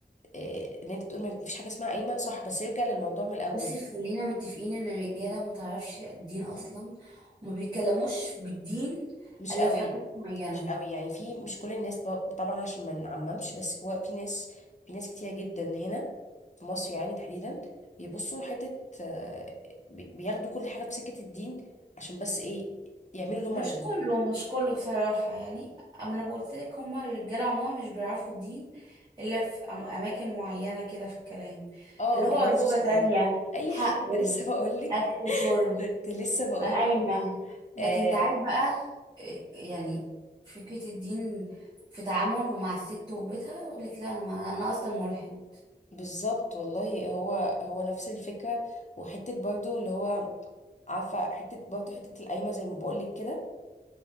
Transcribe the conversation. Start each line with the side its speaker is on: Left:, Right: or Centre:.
Left: آه، ان انت تقول ما فيش حاجه اسمها قايمه صح بس يرجع للموضوع من الاول
Right: بصي خلينا متفقين ان الرجاله ما تعرفش الدين اصلا وما بيتكلموش بالدين
Left: مش
Right: الا
Left: قوي
Right: في حاجات معينه
Left: مش قوي يعني في مش كل الناس ب- طبعا عشان ما نعممش بس هو في ناس في ناس كتير جدا هنا في مصر يعني تحديدا بيبصوا حته آه، بي- بياخدوا كل حاجه في سكه الدين عشان بس ايه يعملوا اللي هم
Right: مش
Left: عايزينه
Right: كله مش كله بصراحة يعني أما أنا قلت لك هما الرجالة عموما مش بيعرفوا الدين إلا في أم- أماكن معينة كده في الكلام
Left: اه
Right: اللي
Left: الجواز
Right: هو زوجة تانية
Left: آه، ايوه
Right: حقه
Left: <laughs> كنت لسه بقول لك
Right: أكل وشرب
Left: كنت لسه بقول
Right: قايمة
Left: لك
Right: لكن
Left: آه
Right: أنت عارف بقى إيه، يعني فكرة الدين في تعامله مع الست وبيتها يقول لك لا أنا ما أنا أصلا ملحد
Left: بالظبط والله هو هو نفس الفكره وحته برضو اللي هو عارفه حته برضه حته القايمه زي ما بقول لك كده